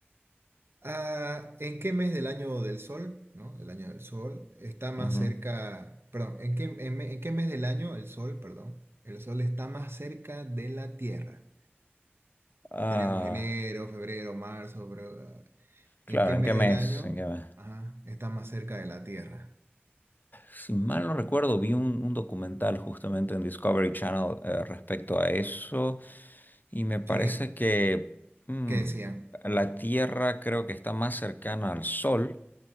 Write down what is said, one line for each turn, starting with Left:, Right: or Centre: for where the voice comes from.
Right: ah, ¿en qué mes del año del sol, ¿no? El año del sol está más
Left: Ujú.
Right: cerca, perdón, ¿en qué, en me- en qué mes del año el sol, perdón, el sol está más cerca de la Tierra?
Left: Ah,
Right: Tenemos enero, febrero, marzo, pero ah,
Left: claro,
Right: ¿en qué
Left: ¿en
Right: mes
Left: qué mes?
Right: del año,
Left: ¿En qué mes?
Right: ajá, está más cerca de la Tierra?
Left: Si mal no recuerdo, vi un, un documental justamente en Discovery Channel eh, respecto a eso y me parece
Right: ¿Sí?
Left: que mm,
Right: ¿Qué decían?
Left: la Tierra creo que está más cercana al Sol